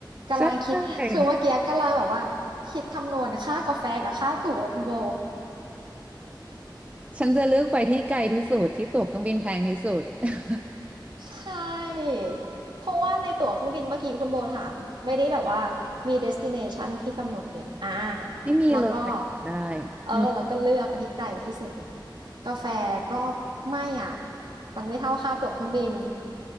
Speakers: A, on the right; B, on the right.
A: กำลังคิดคือเมื่อกี้กำลังแบบว่าคิดคำนวณค่ากาแฟกับค่าตั๋วคุณโบ
B: ใช่ใช่ฉันจะเลือกไปที่ไกลที่สุดที่ตั๋วเครื่องบินแพงที่สุด <laughs>
A: ใช่เพราะว่าในตั๋วเครื่องบินเมื่อกี้คุณโบถามไม่ได้แบบว่ามี destination ที่กำหนดนี่อ่า
B: ไม่มีเลยไปได้
A: แล้วก็เออแล้วก็เลือกอันที่ไกลที่สุดสิ
B: อืม
A: กาแฟก็ไม่อ่ะมันไม่เท่าค่าตั๋วเครื่องบิน